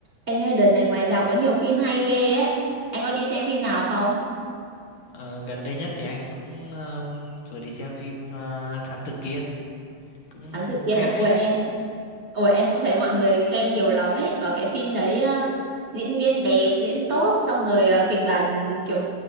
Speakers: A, on the right (about 30°); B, on the left (about 75°).
A: Anh ơi, đợt này ngoài rạp có nhiều phim hay ghê ấy. Anh có đi xem phim nào không?
B: Ờ, gần đây nhất thì anh cũng ờm, vừa đi xem phim ờ, Thám Tử Kiên cũng
A: Thám tử
B: hay
A: Kiên à?
B: phết
A: Ủa em, ủa em cũng thấy mọi người khen nhiều lắm ấy. Vào cái phim đấy ờ, diễn viên đẹp, diễn tốt, xong rồi ờ, kịch bản kiểu